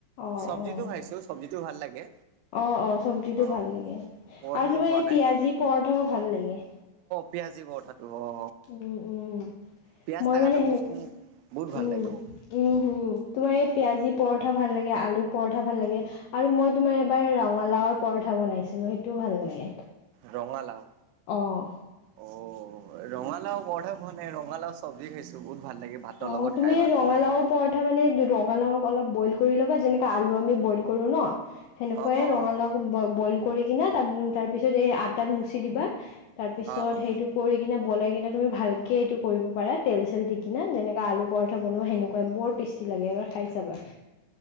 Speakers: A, on the left (about 80°); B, on the right (about 85°).
A: অঁ
B: চব্জিতটো
A: অঁ
B: খাইছো চব্জিতটো ভাল লাগে।
A: অ, অ চব্জিটো
B: অ
A: ভাল লাগে। আৰু
B: পৰঠাটো
A: তোমাৰ
B: খোৱা
A: এই
B: নাই
A: পিয়াজি পৰঠাও ভাল লাগে।
B: পিয়াজী পৰাঠা তো অ।
A: উম, উম,
B: পিয়াজ
A: মই
B: থকাটো
A: মানে সেনে
B: বস্তু মোক বহুত ভাল
A: উম,
B: লাগে মোক
A: উম হম তোমাৰ এই পিয়াজি পৰঠা ভাল লাগে। আলু পৰঠা ভাল লাগে। আৰু মই তোমাৰ এবাৰ ৰঙালাওৰ পৰঠা বনাইছিলো সেইটো ভাল লাগে।
B: ৰঙালাও
A: অ'।
B: অ। ৰঙালাও পৰাঠা খোৱা নাই ৰঙালাও চবজি খাইছো। বহুত, ভাল লাগে ভাতৰ
A: অ,
B: লগত
A: তুমি
B: খাই ভাল
A: ৰঙালাওৰ
B: লাগে মোক
A: পৰঠা মানে ৰঙালাওক অলপ বইল কৰি ল'বা যেনেকৈ আলু আমি বইল কৰোঁ ন। সেনেকুৱাই
B: অ অ
A: ৰঙালাও
B: অ
A: বইল কৰি কিনা ত তাৰ পিছত এই আটাত মুচি দিবা। তাৰপিছত
B: অ অ
A: সেইটো কৰি কিনে বনাই কিনে তুমি ভালকে এইটো কৰিব পাৰা তেল চেল দি কিনে যেনেকুৱৈ আলু পৰঠা বনোৱা, সেনেকুৱাই বৰত টেষ্টি লাগে এবাৰ খাই চাবা।